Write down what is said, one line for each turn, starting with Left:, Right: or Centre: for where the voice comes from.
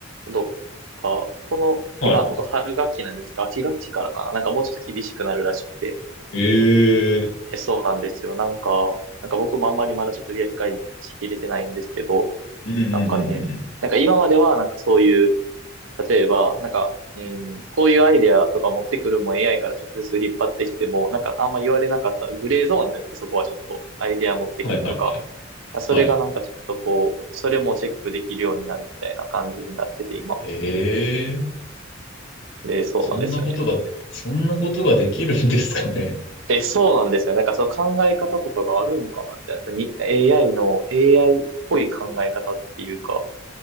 Right: どっか、この、
Left: はいは
Right: 今、僕春学期なんですが、秋学期からかな。なんかもうちょっと厳しくなるらしくて。
Left: い。ええ
Right: え、そうなんですよ。なんか、なんか僕もあんまりまだちょっと理解しきれてないんですけど、
Left: うんうんうんうんうん。
Right: なんかね、なんか今まではなんかそういう例えば、なんか、うん、こういうアイデアとか持ってくるも AI から直接引っ張ってきても、なんかあんま言われなかったグレーゾーンやったんですか、そこはちょっとアイデア持ってくるとか。
Left: はいはいはい。
Right: あそれがなんかちょっとこう、
Left: はい。
Right: それもチェックできるようになるみたいな感じになってて今。
Left: ええ
Right: で、そうなんですよね。
Left: そんなことが、そんなことができるんですかね。
Right: え、そうなんですよね。なんかその考え方とかがあるんかなみたいな。そのに AI の AI っぽい考え方っていうか、